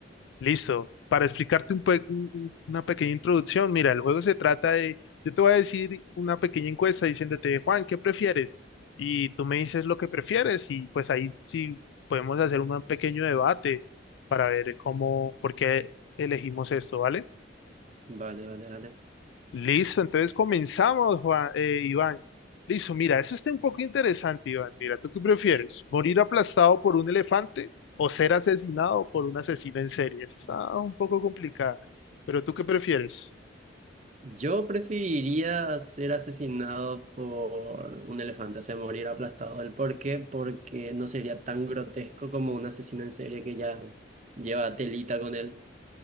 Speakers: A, on the left (about 75°); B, on the right (about 40°).
A: Listo. Para explicarte un pe- un- un- una pequeña introducción, mira, el juego se trata de, yo te voy a decir una pequeña encuesta diciéndote, Juan, ¿qué prefieres? Y tú me dices lo que prefieres y pues ahí sí podemos hacer un pequeño debate para ver cómo, por qué elegimos esto, ¿vale?
B: Vale, vale, vale.
A: Listo, entonces comenzamos, Juan, eh, Iván. Listo, mira, eso está un poco interesante, Iván. Mira, ¿tú qué prefieres? ¿Morir aplastado por un elefante o ser asesinado por un asesino en serie? Esa está un poco complicada, pero ¿tú qué prefieres?
B: Yo preferiría ser asesinado por un elefante, o sea, morir aplastado. ¿El por qué? Porque no sería tan grotesco como un asesino en serie que ya lleva telita con él,